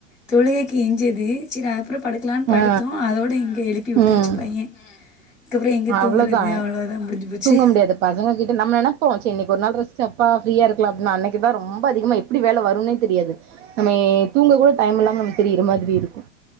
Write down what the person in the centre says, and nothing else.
தொழுகைக்கு எஞ்சது செரி அப்புற படு படுக்லான் படுத்தோ
அதோட இங்க எழுப்பி விட்டாச்சு
பையன் அதுக்கப்றோ எங்க
தூங்குறது அவ்ளோதா முடுஞ்சு போச்சு